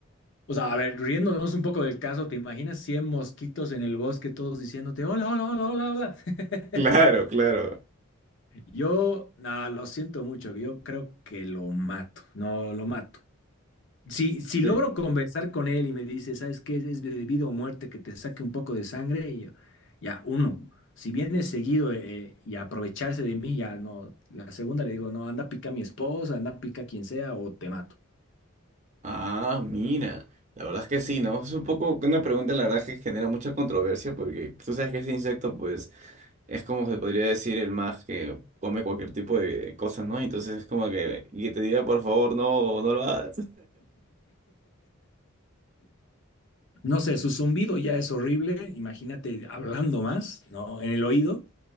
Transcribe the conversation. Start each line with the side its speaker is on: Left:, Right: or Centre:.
Left: o sea, a ver, riéndonos un poco del caso, ¿te imaginas 100 mosquitos en el bosque todos diciéndote, hola, hola, hola, hola, hola? <laughs>
Right: claro, claro.
Left: Yo, nada, lo siento mucho, yo creo que lo mato, no, lo mato. Si, si
Right: Sí.
Left: logro conversar con él y me dice, ¿sabes qué? Es de vida o muerte que te saque un poco de sangre, y yo, ya, uno. Si viene seguido eh, y aprovecharse de mí, ya no. La segunda le digo, no, anda pica a mi esposa, anda pica a quien sea o te mato.
Right: Ah, mira, la verdad es que sí, ¿no? Es un poco una pregunta, la verdad, que genera mucha controversia porque tú sabes que ese insecto, pues, es como se podría decir el más que come cualquier tipo de cosas, ¿no? Entonces es como que, y que te diga, por favor, no, no lo hagas.
Left: No sé, su zumbido ya es horrible. Imagínate hablando más, ¿no? En el oído.